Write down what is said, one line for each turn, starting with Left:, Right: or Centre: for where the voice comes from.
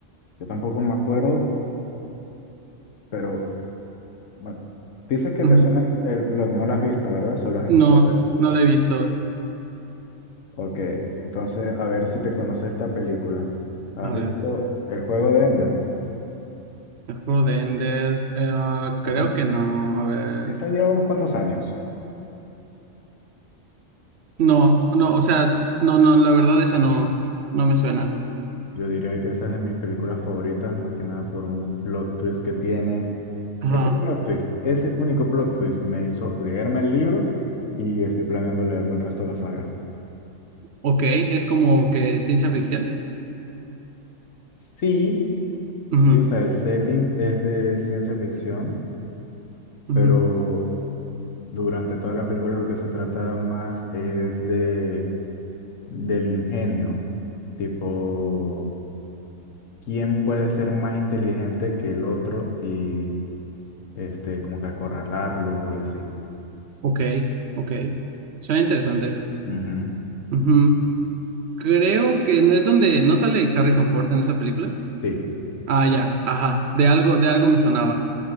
Left: yo tampoco me acuerdo, pero... Bueno, dices que
Right: Ujú.
Left: te suena el el plot, no lo has visto, ¿verdad? Solo has escuchado
Right: No,
Left: de él.
Right: no la he visto.
Left: Ok, entonces a ver si te conoces esta película. ¿Has
Right: A ver,
Left: visto El juego de Ender?
Right: el juego de Ender, eh, ah, creo
Left: Esa,
Right: que no, a ver,
Left: esa lleva unos cuantos años.
Right: no, no, o sea, no, no, la verdad esa no, no me suena.
Left: Yo diría que esa es de mis películas favoritas, más que nada por un plot twist que tiene.
Right: Ajá,
Left: Ese plot twist, ese único plot twist me hizo leerme el libro y estoy planeando leerme el resto de la saga.
Right: ok, es como que ciencia ficción.
Left: Sí,
Right: Ujú,
Left: sí, o sea, el setting es de ciencia ficción,
Right: ujú.
Left: pero Durante toda la película lo que se trata más es de del ingenio, tipo, ¿quién puede ser más inteligente que el otro y este como que acorralarlo y así?
Right: Ok, ok. Suena interesante.
Left: Ujú.
Right: Ujú. Creo que no es donde no sale Harrison Ford en esa película.
Left: Sí,
Right: Ah, ya, ajá. De algo, de algo me sonaba,